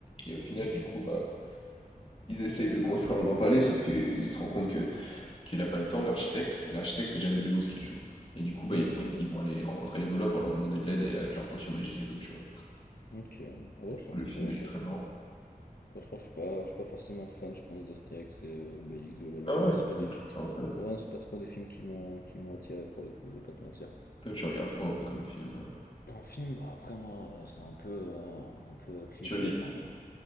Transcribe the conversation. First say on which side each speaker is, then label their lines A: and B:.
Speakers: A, on the left; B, on the left.
A: Et au final,
B: Ok.
A: du coup, bah. Ils essayent de construire un grand palais, sauf qu'ils se rendent compte que qu'il n'a pas le temps, l'architecte. L'architecte, c'est
B: Mhm.
A: Jamel Debbouze qui le joue. Et du coup, bah,
B: Ah,
A: ils
B: c'est
A: vont
B: jamais
A: essayer,
B: de...
A: ils vont aller rencontrer les Gaulois pour leur demander de l'aide et avec leur potion magique et tout, tu vois.
B: Ok, ouais,
A: Et du
B: c'est
A: coup,
B: un
A: le film,
B: tour
A: il
B: intéressant.
A: est très marrant.
B: Après, je crois que je suis pas, je suis pas forcément fan, je pense, d'Astérix et euh, Obélix, globalement.
A: Ah
B: Enfin,
A: ouais,
B: c'est pas
A: moi
B: des films...
A: je trouve ça incroyable.
B: Ouais, c'est pas trop des films qui m'ont qui m'ont attiré, pour le coup, je vais pas te mentir.
A: Toi, tu regardes quoi un peu comme film? euh
B: En film, bah, après moi, heu, c'est un peu, heu, un peu cliché,
A: Tu lis,
B: enfin j'aime